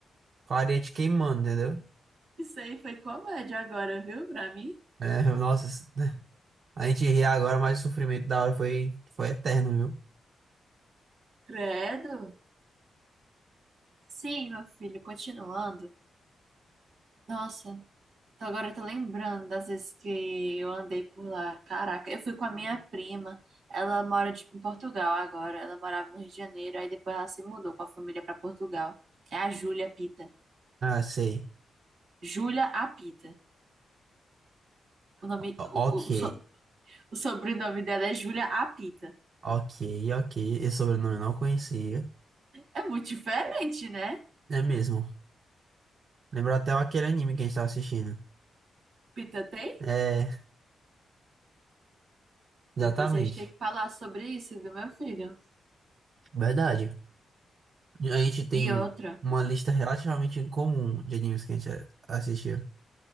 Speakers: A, on the right; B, on the right.
A: com a areia te queimando, entendeu?
B: Isso aí foi comédia agora, viu, pra mim?
A: É, nossa. A gente ri agora, mas o sofrimento da hora foi, foi eterno, viu?
B: Credo. Sim, meu filho, continuando. Nossa, Então agora eu tô lembrando das vezes que eu andei por lá. Caraca, eu fui com a minha prima. Ela mora, tipo, em Portugal agora. Ela morava no Rio de Janeiro, aí depois ela se mudou com a família pra Portugal. É a Júlia Pita.
A: Ah, sei.
B: Júlia Apita. O nome,
A: O- o-
B: o,
A: ok,
B: o, so- o sobrenome dela é Júlia Apita.
A: ok, ok. Esse sobrenome eu não conhecia.
B: É muito diferente, né?
A: É mesmo. Lembrou até aquele anime que a gente tava assistindo.
B: Pita tem?
A: É, exatamente.
B: Depois a gente tem que falar sobre isso, viu, meu filho?
A: Verdade. A gente tem
B: E outra.
A: uma lista relativamente incomum de animes que a gente assistiu.